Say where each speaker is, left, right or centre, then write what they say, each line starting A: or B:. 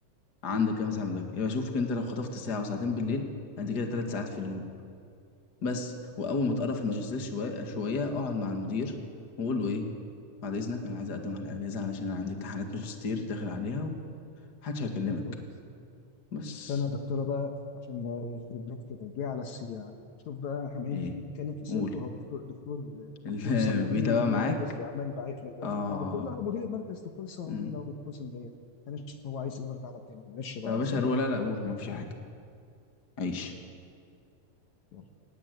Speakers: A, on the left (about 35°); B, on the left (about 70°).
A: عندك كام ساعة مذاكرة يبقى شوف انت لو خطفت ساعة وساعتين بالليل انت كده تلات ساعات في اليوم بس وأول
B: مم.
A: ما تقرب في الماجستير شوية شوية اقعد مع المدير وقول له ايه بعد إذنك أنا عايز أقدم على أجازة علشان أنا عندي امتحانات ماجستير داخل عليها ومحدش هيكلمك
B: زي الفل
A: بس
B: استنى يا دكتوره بقى عشان ده يخرب بيت كده جه على السيره شوف بقى احنا عمالين
A: ايه
B: نتكلم في سيرته
A: قول
B: هو دكتور دكتور
A: اللي
B: دكتور
A: <laughs>
B: صموئيل
A: بيتابع
B: مدير
A: معاك
B: المركز بيعمل باعت لي دلوقتي
A: اه
B: اه دكتور لا مدير المركز دكتور صموئيل
A: مم.
B: هو بيتصل بيا انا اشوف هو عايز ايه وارجع لك تاني معلش بقى
A: طب يا
B: يا
A: باشا
B: صديقي
A: هروح لا لا قول مفيش حاجة عيش
B: يلا